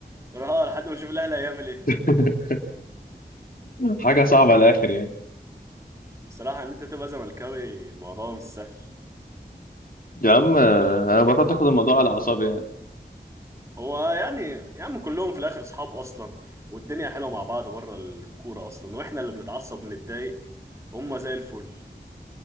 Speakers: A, on the right; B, on the left.
A: اه لحد ما نشوف الاهلي هيعمل ايه
B: <laughs> حاجة صعبة على الآخر يعني
A: بصراحه ان انت تبقى زملكاوي الموضوع مش سهل
B: يا عم انا بطلت اخد الموضوع على اعصابي يعني
A: هو يعني يا عم كلهم في الاخر اصحاب اصلا والدنيا حلوه مع بعض بره الكوره اصلا واحنا اللي بنتعصب بنتضايق هم زي الفل